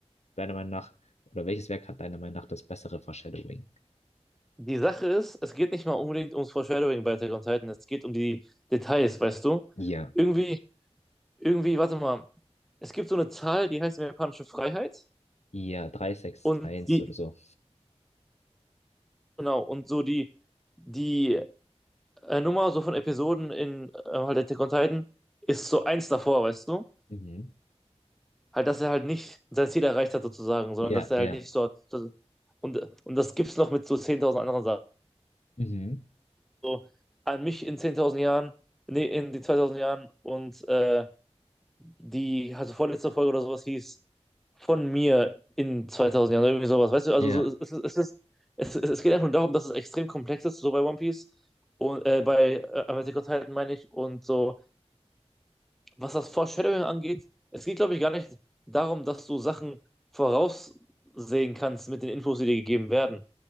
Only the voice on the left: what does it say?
deiner Meinung nach, oder welches Werk hat deiner Meinung nach das bessere Foreshadowing?
Ja.
Ja, 361
oder so.
Mhm.
Ja,
ja.
Mhm.
Ja,